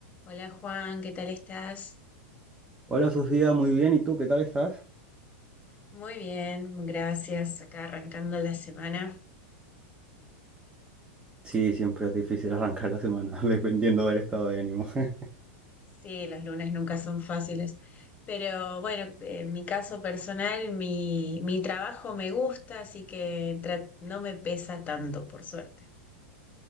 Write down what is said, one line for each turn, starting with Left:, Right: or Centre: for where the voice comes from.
Left: Hola Juan, ¿qué tal estás?
Right: Hola Sofía, muy bien. ¿Y tú qué tal estás?
Left: Muy bien, gracias. Acá arrancando la semana.
Right: Sí, siempre es difícil arrancar la semana, <laughs> dependiendo del estado de ánimo. <laughs>
Left: Sí, los lunes nunca son fáciles, pero bueno, en mi caso personal, mi, mi trabajo me gusta, así que tra- no me pesa tanto, por suerte.